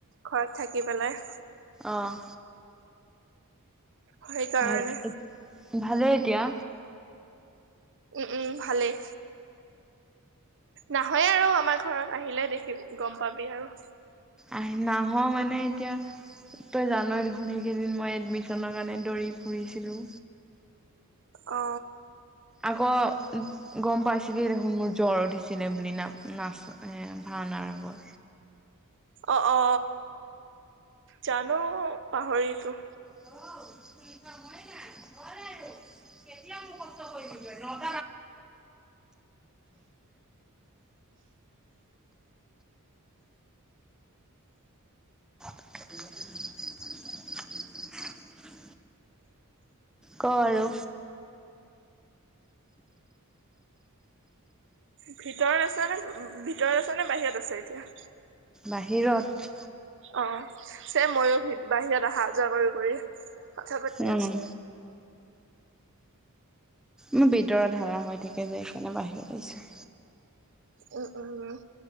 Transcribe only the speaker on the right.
ঘৰত থাকি পেলাই
সেই কাৰণে
উম উম ভালেই নাহয়ে আৰু আমাৰ ঘৰত আহিলে দেখি গম পাবি আৰু
অ
অ অ জানো পাহৰিতো
ভিতৰত আছ নে ভিতৰত আছ নে বাহিৰত আছে এতিয়া
অ চ ময়ো বাহিৰত অহা যোৱা কৰি কৰি কথা পাতি
আছো
উম উম উম